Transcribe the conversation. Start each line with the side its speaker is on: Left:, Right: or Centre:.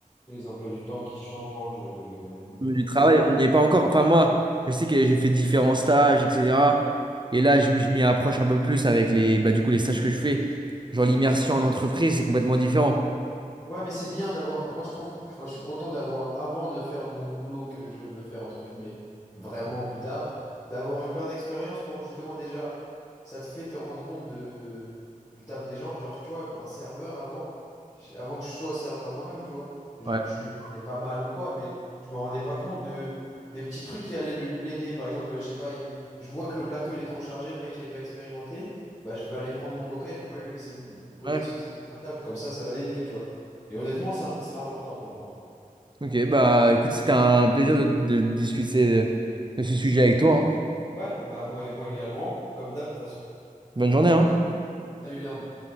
Left: Les emplois du temps qui changent, euh, euh,
Right: du
Left: forcément.
Right: travail, on n'y est pas encore. Enfin, moi, je sais que j'ai fait différents stages, etc. Et là, je, je m'y approche un peu plus avec les, bah, du coup, les stages que je fais. Genre, l'immersion en entreprise, c'est complètement différent.
Left: Ouais, mais c'est bien d'avoir. Moi, je trouve que enfin, je suis content d'avoir, avant de faire mon boulot que je veux faire, entre guillemets, vraiment plus tard, d'avoir eu plein d'expériences pour justement déjà. Ça te fait te rendre compte de, du taf des gens. Genre, tu vois, un serveur avant, j'ai- avant que je sois serveur moi-même, tu vois, je,
Right: Ouais.
Left: je lui parlais pas mal ou quoi, mais je me rendais pas compte de, des petits trucs qui allaient lui- l'aider. Par exemple, je sais pas, il me- je vois que le plateau il est trop chargé, le mec il est pas expérimenté. Bah, je vais aller prendre mon coca et je vais pas lui laisser me poser
Right: Ouais.
Left: sur sa sur la table. Comme ça, ça va l'aider, tu vois. Et honnêtement, c'est un- c'est important pour moi.
Right: Ok, bah écoute, c'était un plaisir de, de discuter de, de ce sujet avec toi. hein.
Left: Ouais, bah moi, moi également, comme d'hab de toute façon.
Right: Bonne journée, hein.
Left: Salut Léandre.